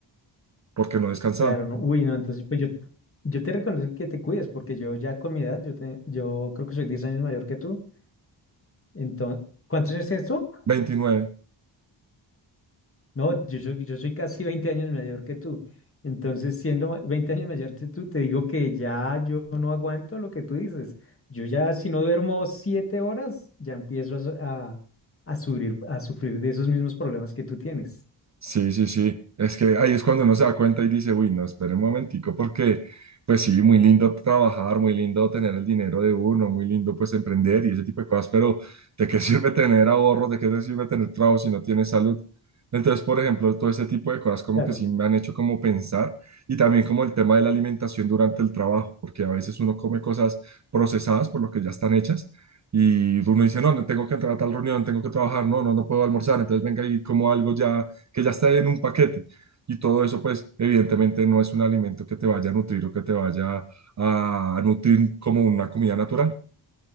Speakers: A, on the right; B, on the left.
A: porque no descansaba.
B: Claro, no, uy, no, entonces pues yo, yo te reconozco que te cuides, porque yo ya con mi edad, yo, te- yo creo que soy 10 años mayor que tú. Entonces, ¿cuántos años tienes tú?
A: veintinueve
B: No, yo, soy- yo soy casi 20 años mayor que tú. Entonces, siendo ma- 20 años mayor que tú, te digo que ya yo no aguanto lo que tú dices. Yo ya, si no duermo 7 horas, ya empiezo a, su- a, a sufrir, a sufrir de esos mismos problemas que tú tienes.
A: Sí, sí, sí. Es que ahí es cuando uno se da cuenta y dice, uy, no, espere un momentico, porque pues sí, muy lindo trabajar, muy lindo tener el dinero de uno, muy lindo pues emprender y ese tipo de cosas, pero ¿de qué <laughs> sirve tener ahorros? ¿De qué te sirve tener trabajo si no tienes salud? Entonces, por ejemplo, todo ese tipo de cosas como
B: Claro.
A: que sí me han hecho como pensar y también como el tema de la alimentación durante el trabajo, porque a veces uno come cosas procesadas por lo que ya están hechas. Y uno dice, no, no tengo que entrar a tal reunión, tengo que trabajar, no, no, no puedo almorzar, entonces venga y como algo ya que ya está en un paquete. Y todo eso, pues, evidentemente no es un alimento que te vaya a nutrir o que te vaya a nutrir como una comida natural.